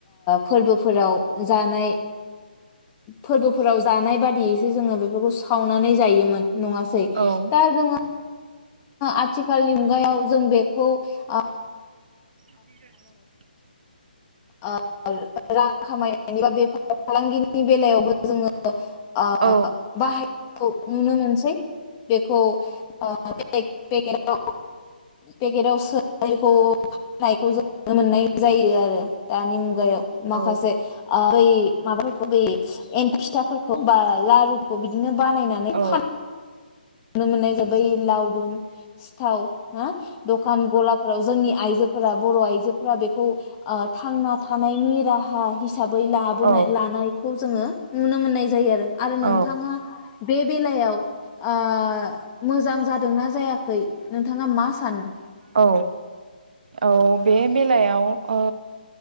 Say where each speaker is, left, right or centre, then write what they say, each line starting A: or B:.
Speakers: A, on the left (about 25°); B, on the right (about 55°).
A: फोरबोफोराव जानाय फोरबोफोराव जानाय बादियैसो जोङो बेफोरखौ सावनानै जायोमोन नङासै दा
B: औ
A: जोङो आथिखालनि मुगायाव जों बेखौ ओ
B: <unintelligible>
A: आ <inaudible> रां खा खामाय <inaudible> नि बा फालांगिनि बेलायाव जोंओ ओ
B: औ
A: बाहाय खौ नुनो मोनसै बेखौ <inaudible> पेकेटाव सोनायखौ फाननायखौ जों नुनो मोननाय जायो आरो दानि मुगायाव माखासे
B: औ
A: ओ बै माबाफोर बै एन फिथाफोरखौ बा लारुखौ बिदिनो बानायनानै
B: औ
A: फान नुनो मोननाय जाबाय लावदुम थाव हो दखान गला फोराव जोंनि आइजोफोरा बर आइजोफोरा बेखौ ओ थांना थानायनि राह हा हिसा हिसाबै लाबोनाय
B: औ
A: लानायखौ जोङो नुनो मोननाय जायो आरो आरो
B: औ
A: नोंथाङा बे बेलायाव आ मोजां जादोंना जायाखै नोंथाङा मा सानो?
B: औ औ बे बेलायाव ओ